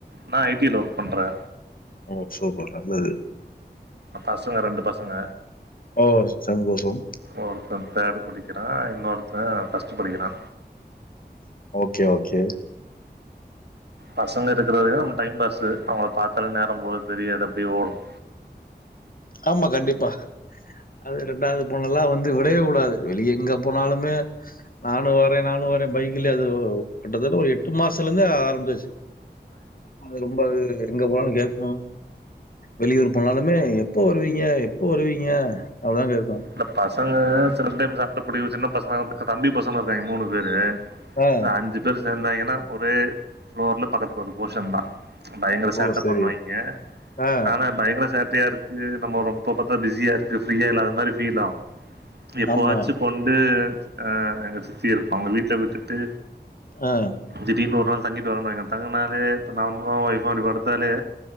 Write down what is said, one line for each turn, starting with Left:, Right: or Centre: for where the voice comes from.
Right: நான் ஐடில ஒர்க் பண்றே
Left: ஓ சூப்பர் நல்லது
Right: பசங்க ரெண்டு பசங்க
Left: ஓ சந்தோஷம்
Right: ஒருத்தன் தேர்டு படிக்கிறா இன்னொருத்தே ஃபஸ்ட்டு படிக்கிறா
Left: ஓகே ஓகே
Right: பசங்க இருக்கற வரையு டைம் பாஸ்ஸு அவங்கள பாத்தாலே நேரம் போறது தெரியாது அப்டியே ஓடும்
Left: ஆமா கண்டிப்பா அது ரெண்டாவது பொண்ணல்லா வந்து விடவே விடாது வெளிய எங்க போனாலுமே நானு வரே நானு வரே பைக்ல அது கிட்டத்தட்ட ஒரு எட்டு மாசத்துலருந்தே ஆரம்பிச்சாச்சு அது ரொம்ப அது எங்க போனாலு கேக்கு வெளியூர் போனாலுமே எப்போ வருவீங்க எப்போ வருவீங்க அப்டீன் தா கேக்கு
Right: இந்த பசங்க சில டைம் சண்ட பிடி சின்ன பசங்க இப்ப தம்பி பசங்களு இருக்காங்க மூணு பேரு
Left: ஆ.
Right: இந்த அஞ்சு பேர் சேந்தாங்கன்னா ஒரே ஃப்ளோர்ல பக்கத்து பக்கத்து போஷன் தா பயங்கர சேட்ட
Left: ஓ! சரி.
Right: பண்ணுவாய்ங்க
Left: ஆ.
Right: ஆனா பயங்கர சேட் டையா இருக்கு நம்ம ரொம்ப பாத்தா பிஸியா இருக்கு ஃபிரீயா இல்லாத மாரி ஃபீல் ஆவு எப்போவாச்சு
Left: ஆமா.
Right: கொண்டு ஆ எங்க சித்தி இருப்பாங்க வீட்ல விட்டுட்டு
Left: ஆ
Right: திடீர்னு ஒரு நாள் தங்கிட்டு வரேன்னாங்க தங்குனாலே இப்ப நம்மளு ஒய்ஃபு அப்டி படுத்தாலே